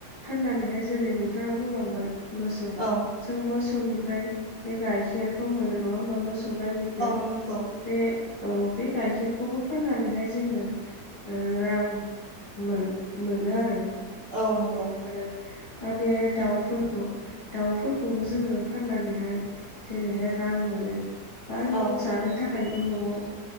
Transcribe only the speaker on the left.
फाननानैहाय जेरै- नोंथाङा बुंलांबाय मोसौ।
जों मोसौनिफ्राय बे गाइखेरखौ मोनो नङा होमबा? मोसौ गायनिफा।
बे औ बे गाइखेरखौबो फाननानैहाय जोङो। ओ रां मोन-मोनो आरो।
आरो बा बे दाउफोरखौबो दाउफोरखौबो जोङो फाननानैहाय जेरैहाय रां मोनो। बा नों
जानो थाखायबो न'आव